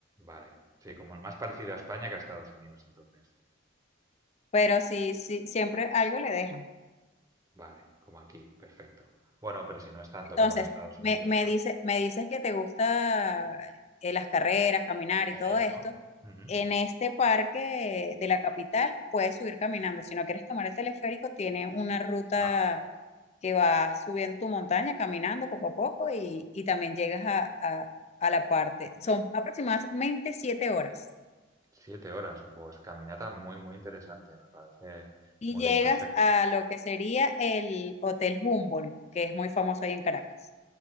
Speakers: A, on the right; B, on the left.
A: Vale, sí, como más parecido a España que a Estados Unidos, entonces.
B: pero sí, sí, siempre algo le dejan.
A: Vale, como aquí, perfecto. Bueno, pero si no es tanto
B: Entonces,
A: como en Estados
B: me,
A: Unidos,
B: me
A: pues
B: dice, me dices que te gusta eh, las carreras, caminar
A: eso.
B: y todo esto.
A: Ujú.
B: En este parque de la capital puedes subir caminando. Si no quieres tomar el teleférico, tiene una ruta
A: Ah,
B: que va subiendo tu montaña, caminando poco a poco y, y también llegas a, a- a la parte. Son aproximadamente siete horas.
A: siete horas, pues caminata muy, muy interesante, me parece
B: Y
A: muy
B: llegas
A: bien, perfecto.
B: a lo que sería el Hotel Humboldt, que es muy famoso ahí en Caracas.